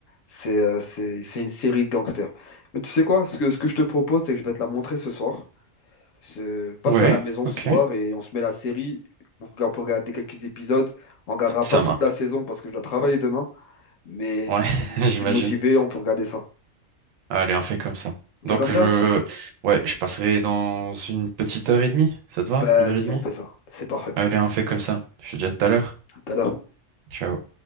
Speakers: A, on the left; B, on the right.
A: C'est euh, c'est c'est une série de gangsters. Mais tu sais quoi? Ce que, ce que je te propose, c'est que je vais te la montrer ce soir. Se passe
B: Ouais,
A: à la maison
B: ok.
A: ce soir et on se met la série. On regarde, on peut regarder quelques épisodes. On regardera
B: Ça
A: pas toute
B: marche.
A: la saison parce que je dois travailler demain. Mais
B: Ouais,
A: si,
B: <laughs>
A: si t'es
B: j'imagine.
A: motivé, on peut regarder ça.
B: Allez, on fait comme ça.
A: On
B: Donc
A: fait comme ça?
B: je, ouais, je passerai dans une petite heure et demie. Ça te va?
A: Vas-y,
B: Une heure et demie?
A: on fait ça. C'est parfait.
B: Allez, on fait comme ça. Je te dis à tout à l'heure.
A: À tout à l'heure.
B: Ciao.